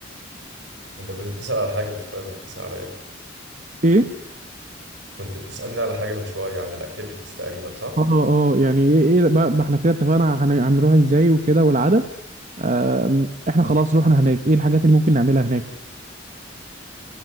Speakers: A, on the right; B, on the right.
A: انت كنت بتسأل على حاجة من شوية كنت بتسأل على ايه؟
B: ايه
A: كنت بتسألني على حاجة من شوية عن الاكتيفيتيز تقريبا صح؟
B: اه اه يعني ايه ايه بقى بقى احنا كده اتفقنا هن- هنروح ازاي وكده والعدد آم، احنا خلاص روحنا هناك ايه الحاجات اللي ممكن نعملها هناك